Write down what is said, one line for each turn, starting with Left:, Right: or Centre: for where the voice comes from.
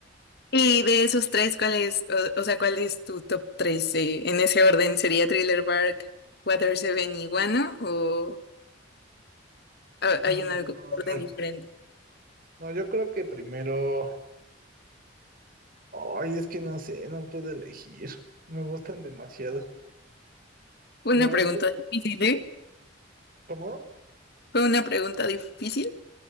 Left: Y de esos tres, ¿cuál es, o, o sea, cuál es tu top tres? eh, en ese orden, ¿sería Thriller Bark, Water Seven y Guano? ¿O ha-
Right: Mm.
Left: hay un algo- orden diferente?
Right: No, yo creo que primero, ay, es que no sé, no puedo elegir. Me gustan demasiado.
Left: Fue
Right: La
Left: una
Right: verdad
Left: pregunta
Right: es,
Left: difícil, ¿eh?
Right: ¿cómo?
Left: Fue una pregunta difícil.